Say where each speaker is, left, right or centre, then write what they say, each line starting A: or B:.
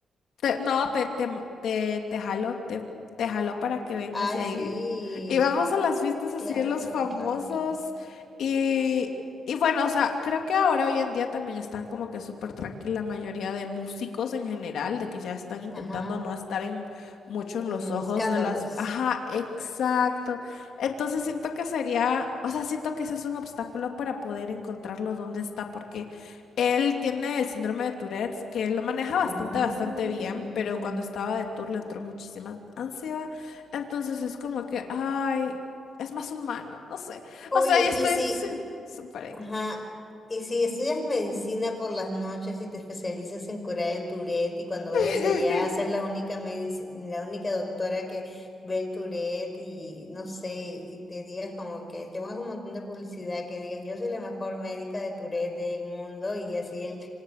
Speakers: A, on the left; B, on the left.
A: Te- no, te, te, te, te jalo, te, te jalo para que vengas
B: Ay,
A: de ahí.
B: sí,
A: Y vamos a las fiestas así
B: claro,
A: de los
B: claro,
A: famosos.
B: claro, claro.
A: Y, y bueno, o sea, creo que ahora hoy en día también están como que súper tranquila la mayoría de músicos en general, de que ya están intentando
B: Ajá,
A: no estar en mucho en
B: en
A: los
B: escándalos.
A: ojos de las... Ajá, exacto. Entonces siento que sería, o sea, siento que ese es un obstáculo para poder encontrarlo dónde está, porque él tiene el síndrome de Tourette, que lo maneja bastante,
B: Mm.
A: bastante bien, pero cuando estaba de tour le entró muchísima ansiedad. Entonces es como que, ay, es más humano, no sé.
B: Oye,
A: O sea, yo estoy
B: y si,
A: su- súper X.
B: Ajá. Y si estudias medicina por las noches y te especializas en curar el Tourette y cuando vayas
A: <laughs>
B: allá, ser la única medici- la única doctora que ve el Tourette y no sé, y te digas como que te pongas un montón de publicidad que digas yo soy la mejor médica de Tourette del mundo y así él